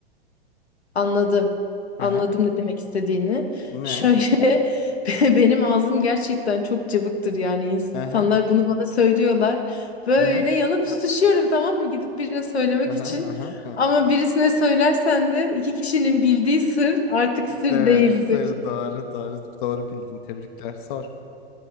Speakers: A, on the left (about 85°); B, on the left (about 50°).
A: anladım.
B: Hı
A: Anladım ne demek istediğini.
B: Ne?
A: Şöyle <laughs> be- benim ağzım gerçekten çok cıvıktır yani insanlar
B: Hı hı.
A: bunu bana söylüyorlar. Böyle
B: Hı hı.
A: yanıp tutuşuyorum tamam mı? Gidip birine söylemek
B: Hı
A: için. Ama birisine söylersen de iki kişinin bildiği sır artık sır
B: Evet,
A: değildir.
B: sır doğru doğru doğru bildin. Tebrikler. Sor.